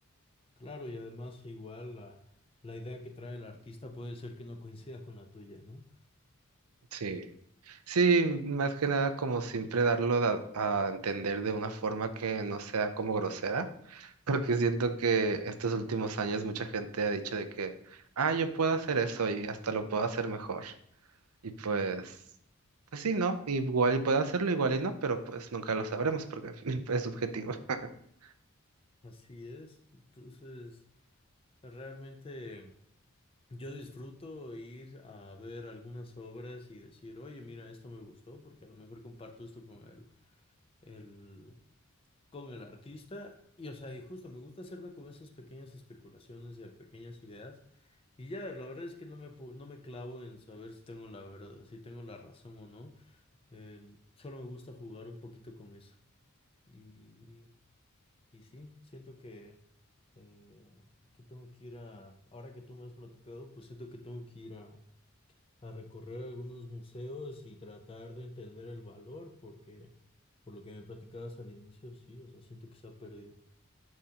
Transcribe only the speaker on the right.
Sí, sí, más que nada como siempre darlo da- a entender de una forma que no sea como grosera, <laughs> porque siento que estos últimos años mucha gente ha dicho de que, ah, yo puedo hacer eso y hasta lo puedo hacer mejor. Y pues, pues sí, ¿no? Igual y puede hacerlo, igual y no, pero pues nunca lo sabremos porque <laughs> es subjetivo. <laughs>